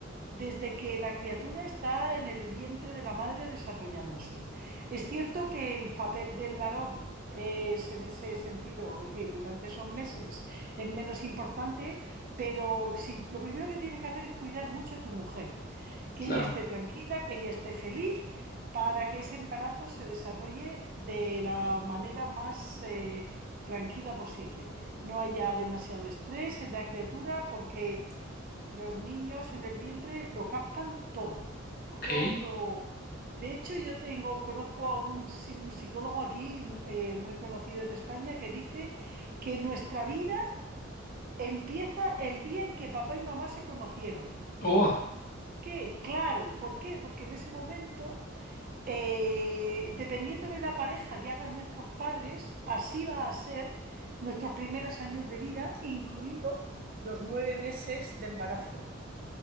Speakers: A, on the right; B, on the left.
A: desde que la criatura está en el vientre de la madre desarrollándose. Es cierto que el papel del varón es en ese sentido, es decir, durante esos meses es menos importante, pero si, lo primero que tienes que hacer es cuidar mucho a tu mujer, que
B: Claro.
A: ella esté tranquila, que ella esté feliz, para que ese embarazo se desarrolle de la manera más eh, tranquila posible no haya demasiado estrés en la criatura porque los niños en el vientre lo captan todo,
B: Ok.
A: todo. De hecho, yo tengo, conozco a un, psi- un psicólogo aquí eh, muy conocido en España que dice que nuestra vida empieza el día en que papá y mamá se conocieron.
B: Oh.
A: ¿Qué? Claro, ¿por qué? Porque en ese momento eh, dependiendo de la pareja que hagan nuestros padres, así va a ser nuestros primeros años de vida, incluidos los nueve meses de embarazo.